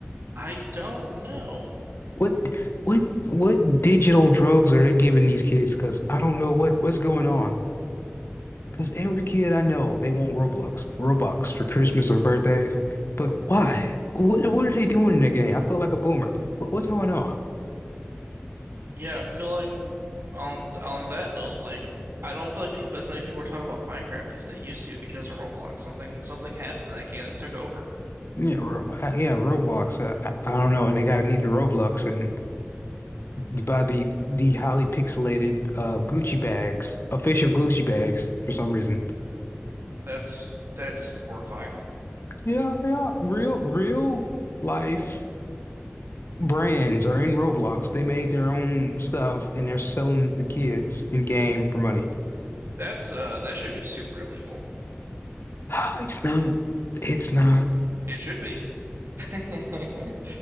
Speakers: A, on the right; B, on the left.
A: I don't know.
B: What what what digital drugs are they giving these kids? Because I don't know what what's going on. Because every kid I know, they want Roblox, Robux for Christmas or birthdays. But why? What what are they doing in the game? I feel like a boomer. What, what's going on?
A: Yeah, I feel like on on that note, like I don't feel like people as many people are talking about Minecraft as they used to because of Roblox. Something something happened in that game that took over.
B: Yeah, Ro- uh, yeah, Roblox. Uh, I, I don't know, and they gotta need the Roblox and about the the highly pixelated uh Gucci bags, official Gucci bags for some reason.
A: That's that's horrifying.
B: Yeah, yeah, real real life brands are in Roblox. They made their own stuff and they're selling the kids in game for money.
A: That's uh that should be super illegal.
B: <sighs> It's not. It's not.
A: It should be. <laughs>